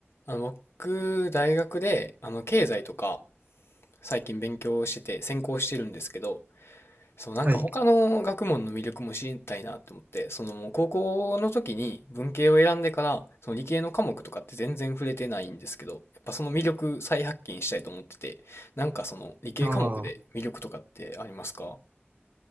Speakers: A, on the left; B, on the right.
A: あの、僕、大学で、あの、経済とか、最近勉強してて、専攻してるんですけど、そう、なんか他の学問の魅力も知りたいなって思って、
B: はい。
A: そのもう高校の時に文系を選んでから、その理系の科目とかって全然触れてないんですけど、やっぱその魅力再発見したいと思ってて、なんかその理系科目で魅力とかってありますか
B: ああ、